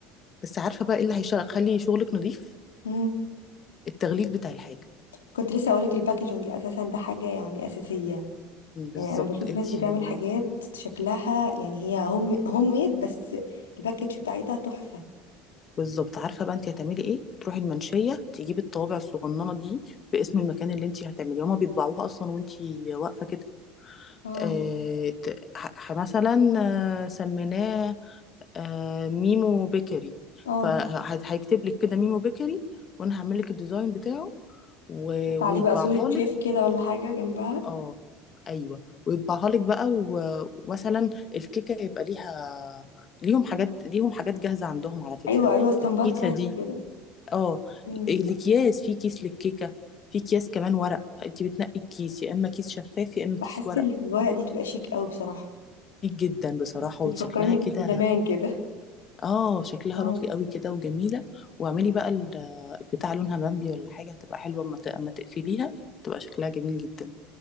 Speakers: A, on the left; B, on the left.
A: بس عارفة بقى ايه اللي هيخلي شغلك نظيف
B: امم
A: التغليف بتاع الحاجة
B: كنت لسه اقولك الباكجينج اساسا ده حاجة يعني اساسية
A: بالظبط
B: يعني انا بشوف
A: انتي
B: ناس بتعمل حاجات شكلها يعني هي هوم هوم ميد بس الباكج بتاعتها تحفة
A: بالظبط عارفة بقى انتي هتعملي ايه تروحي المنشية تجيبي الطوابع الصغننة دي باسم المكان اللي انتي هتعمليه هما بيطبعوها اصلا وانتي واقفة كده
B: اه
A: اه ت- ح- مثلا آه، سميناه اه ميمو بيكري
B: اه
A: فهيكتب لك كده ميمو بيكري وانا هعمل لك الديزاين بتاعه و-
B: حط
A: ويطبعها
B: عليه بقى صورة شيف كده ولا حاجة جنبها
A: اه ايوه ويطبعها لك بقى و- ومثلا الكيكه يبقى ليها ليهم حاجات ليهم حاجات جاهزه عندهم على فكره
B: ايوه ايوه استنباط
A: الكيسه
B: جاهز
A: دي
B: كده
A: اه
B: امم
A: الاكياس في كيس للكيكه في اكياس كمان ورق انت بتنقي الكيس يا اما كيس شفاف يا اما
B: بحس
A: كيس ورق
B: الورق دي تبقى شيك قوي بصراحة
A: كتير جدا بصراحه
B: بتفكرني
A: وشكلها كده
B: بزمان كده
A: اه شكلها
B: اه
A: راقي قوي كده وجميله واعملي بقى ال- البتاع لونها بامبي ولا حاجه هتبقى حلوه اما ت- اما تقفليها تبقى شكلها جميل جدا